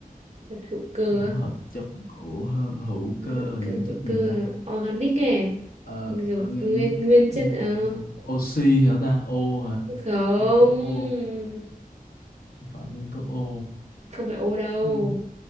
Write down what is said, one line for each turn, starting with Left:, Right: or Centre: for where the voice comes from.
Right: Chất hữu cơ
Left: những
Right: á,
Left: hợp chất của hơ- hữu
Right: <laughs> hữu
Left: cơ là
Right: cơ,
Left: những chất
Right: hữu
Left: gì
Right: cơ
Left: ta
Right: organic này.
Left: ờ
Right: Kiểu
Left: organic
Right: nguyên nguyên
Left: ừm,
Right: chất ờ
Left: oxy hả ta O hả
Right: không
Left: nguyên tố O không phải nguyên tố O
Right: không phải ô đâu
Left: nguyên